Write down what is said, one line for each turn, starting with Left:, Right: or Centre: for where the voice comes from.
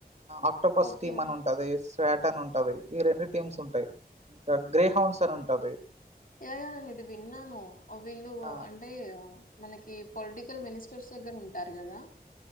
Right: అక్టోపస్
Left: ఓకే.
Right: టీమ్ అని ఉంటది స్ పార్టెన్ ఉంటది ఈ రెండు టీమ్స్ ఉంటాయి. ఇంకా గ్రే హౌన్స్ అని ఉంటది.
Left: యాయా ఇది విన్నాను. వీళ్ళు
Right: ఆ
Left: అంటే మనకి పొలిటికల్ మినిస్టర్స్ దగ్గర ఉం <inaudible> సరి కదా